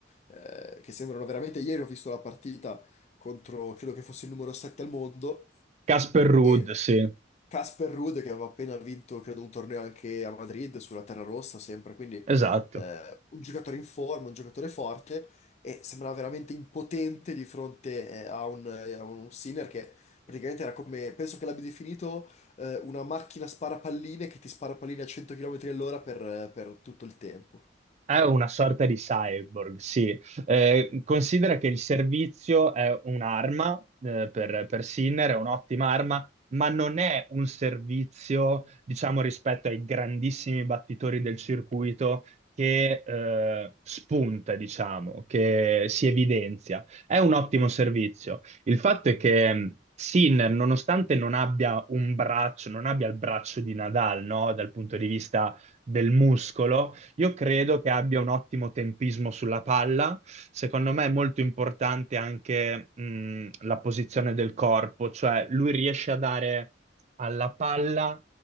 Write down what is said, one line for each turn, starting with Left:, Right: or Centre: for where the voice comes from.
Left: eh, che sembrano veramente... Ieri ho visto la partita contro, credo che fosse il numero 7 al mondo.
Right: Casper Ruud,
Left: E
Right: sì,
Left: Casper Ruud che aveva appena vinto, credo, un torneo anche a Madrid sulla terra rossa, sempre, quindi
Right: esatto.
Left: eh, un giocatore in forma, un giocatore forte e sembrava veramente impotente di fronte eh, a un, eh, a un Sinner che praticamente era come, penso che l'abbia definito eh, una macchina spara palline che ti spara palline a 100 km all'ora per, per tutto il tempo.
Right: È una sorta di cyborg, sì. Eh, considera che il servizio è un'arma, eh, per, per Sinner, è un'ottima arma, ma non è un servizio, diciamo, rispetto ai grandissimi battitori del circuito che eh, spunta, diciamo, che si evidenzia. È un ottimo servizio. Il fatto è che mh, Sinner, nonostante non abbia un braccio, non abbia il braccio di Nadal, no? Dal punto di vista del muscolo io credo che abbia un ottimo tempismo sulla palla. Secondo me è molto importante anche mh, la posizione del corpo, cioè lui riesce a dare alla palla